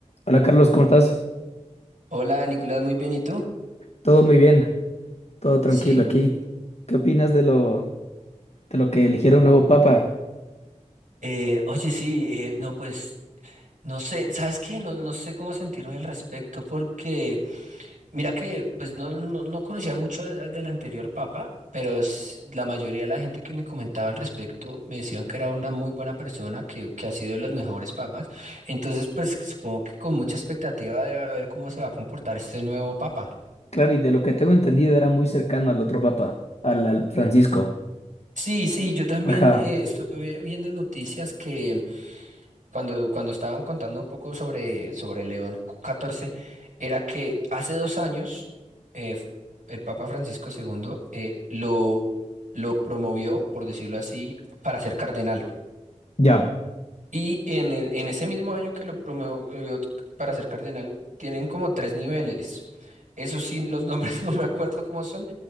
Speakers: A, on the left (about 55°); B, on the right (about 90°).
A: Hola Carlos, ¿cómo estás?
B: Hola Nicolás, muy bien, ¿y tú?
A: Todo muy bien, todo tranquilo
B: Sí.
A: aquí. ¿Qué opinas de lo, de lo que eligieron nuevo papa?
B: Eh, oye, sí, eh, no, pues, no sé, ¿sabes qué? No, no sé cómo sentirme al respecto, porque mira que, pues, no, no, no conocía mucho de- del anterior papa, pero s- la mayoría de la gente que me comentaba al respecto me decían que era una muy buena persona, que, que ha sido de los mejores papas, entonces, pues, supongo que con mucha expectativa de a ver cómo se va a comportar este nuevo papa.
A: Claro, y de lo que tengo entendido era muy cercano al otro papa, al, al Francisco.
B: Sí, sí, yo también
A: Ajá,
B: eh, estuve viendo en noticias que cuando, cuando estaban contando un poco sobre, sobre León catorce era que hace dos años eh, el Papa Francisco segundo eh, lo, lo promovió, por decirlo así, para ser cardenal.
A: ya.
B: Y en, el- en ese mismo año que lo promovió para ser cardenal, tienen como tres niveles. Eso sí, los nombres <laughs> no me acuerdo cómo son,